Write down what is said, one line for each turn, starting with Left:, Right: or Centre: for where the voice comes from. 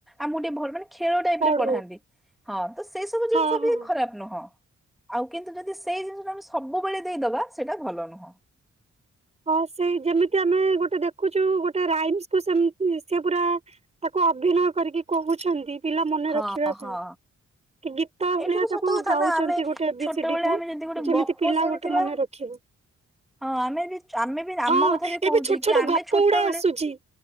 Centre: ଆମକୁ ଟିକେ ଭଲ ମାନେ ଖେଳ ଟାଇପ
Right: ପଢୁ
Centre: ରେ ପଢାନ୍ତି ହଁ। ତ ସେଇ ସବୁ ଜିନିଷ
Right: ହଁ ହଁ।
Centre: ବି ଖରାପ ନୁହଁ। ଆଉ କିନ୍ତୁ ଯଦି ସେଇ ଜିନିଷଟା ଆମେ ସବୁବେଳେ ଦେଇଦବା ସେଇଟା ଭଲ ନୁହଁ।
Right: ହଁ ସେଇ ଯେମିତି ଆମେ ଗୋଟେ ଦେଖୁଛୁ ଗୋଟେ ରାଇମ୍ସ କୁ ସେମ ସେ ପୁରା ତାକୁ ଅଭିନୟ କରିକି କହୁଛନ୍ତି। ପିଲା ମନେ
Centre: ହଁ
Right: ରଖିବା
Centre: ହଁ।
Right: ପାଇଁ। କି ଗୀତ ଭଳିଆ
Centre: ଏଇଟା ବି ସତ
Right: ତାକୁ
Centre: କଥା
Right: ଗାଉଛନ୍ତି,
Centre: ନା ଆମେ
Right: ଗୋଟେ ଏ
Centre: ଛୋଟବେଳେ
Right: ବି ସି ଡି କୁ
Centre: ଆମେ ଯଦି ଗୋଟେ
Right: ଯେମିତି
Centre: ଗପ
Right: ପିଲା
Centre: ଶୁଣିଥିବା
Right: ଗୋଟେ ମନେ ରଖିବ।
Centre: ହଁ ଆମେ ବି, ଆମେ ବି
Right: ହଁ
Centre: ଆମ କଥା ବି କହୁଛି।
Right: ଏବେ ଛୋଟ ଛୋଟ
Centre: କି ଆମେ
Right: ଗପ
Centre: ଛୋଟବେଳେ
Right: ଗୁଡା ଆସୁଛି।